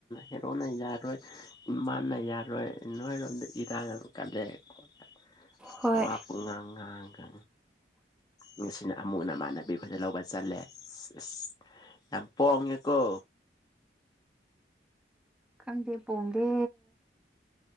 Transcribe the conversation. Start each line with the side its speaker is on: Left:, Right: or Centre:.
Left: ꯍꯦꯔꯣꯅ ꯌꯥꯔꯣꯏ ꯃꯥꯅ ꯌꯥꯔꯣꯏ ꯅꯣꯏꯔꯣꯝꯗ ꯏꯔꯥꯡ ꯀꯜꯂꯦ ꯈꯣꯠꯂꯦ
Centre: ꯍꯣꯏ
Left: ꯋꯥ ꯄꯨꯡ ꯉꯥꯡꯉꯒ ꯉꯁꯤꯅ ꯑꯃꯨꯛ ꯅꯃꯥꯟꯅꯕꯤ ꯈꯣꯢꯗ ꯂꯧꯕ ꯆꯠꯂꯦ ꯑꯁ ꯌꯥꯝ ꯄꯣꯡꯉꯦꯀꯣ
Centre: ꯈꯪꯗꯦ ꯄꯣꯡꯗꯦ